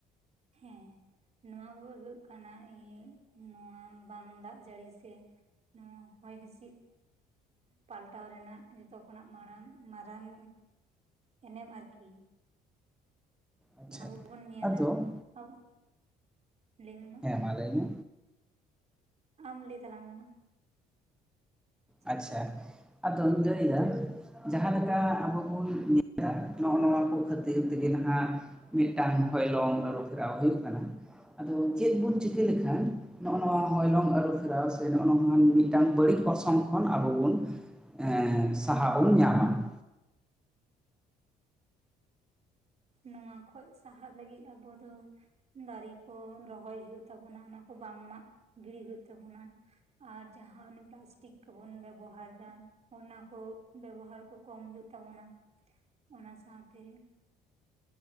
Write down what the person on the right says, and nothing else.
ᱦᱮᱸ ᱱᱚᱣᱟ ᱠᱚᱫ ᱦᱳᱭᱳᱜ ᱠᱟᱱᱟ ᱤ ᱱᱚᱣᱟ ᱵᱟᱝ ᱫᱟᱜ ᱡᱟᱹᱲᱤ ᱥᱮ᱾ ᱱᱚᱣᱟ ᱦᱚᱭ ᱦᱤᱥᱤᱫ ᱯᱟᱞᱴᱟᱣ ᱨᱮᱱᱟᱜ ᱡᱚᱛᱚ ᱠᱷᱚᱱᱟᱜ ᱢᱟᱲᱟᱝ ᱢᱟᱨᱟᱝ ᱮᱱᱮᱢ ᱮᱱᱮᱢ ᱟᱨᱠᱤ᱾
ᱟᱵᱚ ᱵᱚᱱ ᱧᱮᱞᱟ,
ᱟᱵᱚ ᱞᱟᱹᱭ ᱢᱮ ᱢᱟ᱾
ᱟᱢ ᱞᱟᱹᱭ ᱛᱟᱞᱟᱝ ᱢᱮ ᱢᱟ᱾ ᱪᱮᱫ
ᱮᱢ ᱞᱟᱹᱭ ᱮᱫᱟ
ᱱᱚᱣᱟ ᱠᱷᱚᱡ ᱥᱟᱦᱟᱜ ᱞᱟᱹᱜᱤᱫ ᱟᱵᱚ ᱫᱚ ᱫᱟᱨᱮ ᱠᱚ ᱨᱚᱦᱚᱭ ᱦᱳᱭᱳᱜ ᱛᱟᱵᱚᱱᱟ᱾ ᱚᱱᱟᱠᱚ ᱵᱟᱝ ᱢᱟᱜ ᱜᱤᱲᱤ ᱦᱳᱭᱳᱜ ᱛᱟᱵᱚᱱᱟ᱾ ᱟᱨ ᱡᱟᱦᱟᱸ ᱚᱱᱮ ᱯᱞᱟᱥᱴᱤᱠ ᱠᱚᱵᱚᱱ ᱵᱮᱵᱚᱦᱟᱨ ᱫᱟ᱾ ᱚᱱᱟ ᱠᱚ ᱵᱮᱵᱚᱦᱟᱨ ᱠᱚ ᱠᱚᱢ ᱦᱳᱭᱳᱜ ᱛᱟᱵᱚᱱᱟ᱾ ᱚᱱᱟ ᱥᱟᱶᱛᱮ